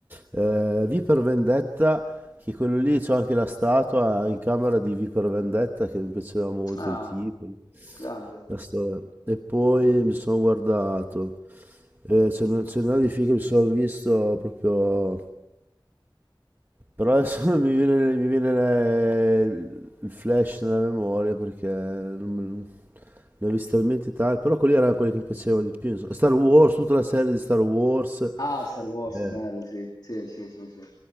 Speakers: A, on the right (about 25°); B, on the left (about 50°).
A: Eh, V per Vendetta, che quello lì c'ho anche la statua in camera di V per Vendetta che mi piaceva molto
B: Ah,
A: il tipo.
B: grande.
A: La storia. E poi mi sono guardato. Eh, ce n'è ce n'è di film che mi sono visto proprio. Però adesso <laughs> non mi viene, mi viene le- il flash nella memoria perché non me- ne ho visti talmente tanti. Però quelli erano quelli che mi piacevano di più. insomma. Star Wars, tutta la serie di Star Wars. Eh,
B: Ah, Star Wars, bello, sì, sì, sì, sì, sì.